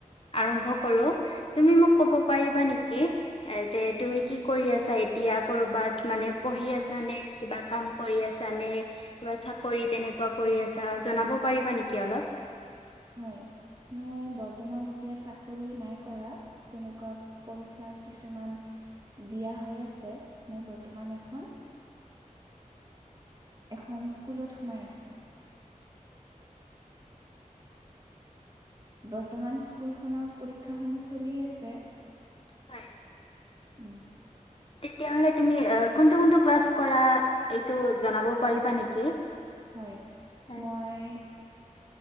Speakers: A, on the left; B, on the right.
A: আৰম্ভ কৰো তুমি মোক কব পাৰিবা নেকি যে তুমি কি কৰি আছা দয়া কৰবাত মানে পঢ়ি আছ নে কিবা কাম কৰি আছ নে কিবা চাকৰিত কেনেকুৱা কৰি আছা জনাব পাৰিবা নেকি অলপ?
B: হয়। মই বৰ্তমান এতিয়া চাকৰি নাই কৰা, তেনেকুৱা পৰীক্ষা কিছুমান, দিয়া হৈ আছে মই বৰ্তমান এখন এখন স্কুলত সোমাই আছোঁ বৰ্তমান স্কুলখনৰ পৰীক্ষা সমূহ চলি আছে।
A: <inaudible>
B: উম,
A: তেতিয়াহলে তুমি কোনটো কোনটো ক্লাছ কৰা এইটো জনাব পাৰিবা নেকি
B: হয়
A: হয়
B: মই